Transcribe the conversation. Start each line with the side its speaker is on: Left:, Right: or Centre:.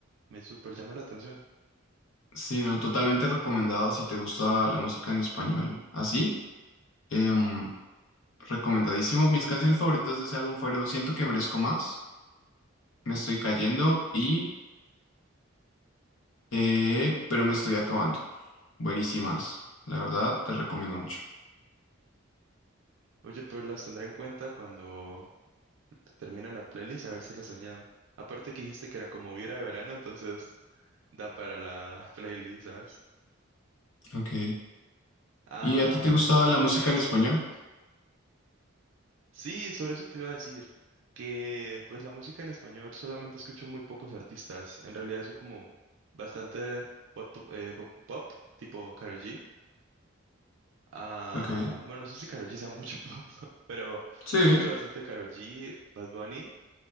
Right: Me súper llama la atención.
Left: Sí, no, totalmente recomendado si te gusta la música en español. Así, em, recomendadísimo. Mis canciones favoritas de ese álbum fueron Siento que merezco más, Me estoy cayendo y eh, Pero me estoy acabando. Buenísimas. La verdad, te recomiendo mucho.
Right: Oye, pues las tendré en cuenta cuando termine la playlist, a ver si las añado. Aparte que dijiste que era como vibra a verano, entonces da para la <laughs> playlist, ¿sabes?
Left: Ok.
Right: Ah,
Left: ¿Y a ti te gustaba la
Right: pues
Left: música
Right: yo en
Left: en
Right: es-
Left: español?
Right: Sí, sobre eso te iba a decir. Que pues la música en español solamente escucho muy pocos artistas. En realidad soy como bastante pop, pop, eh, pop- pop, tipo Karol G. Ah,
Left: Ok.
Right: bueno, no sé si Karol G sea mucho <laughs> pop, ¿no? pero...
Left: Sí.
Right: Escucho bastante Karol G, Bad Bunny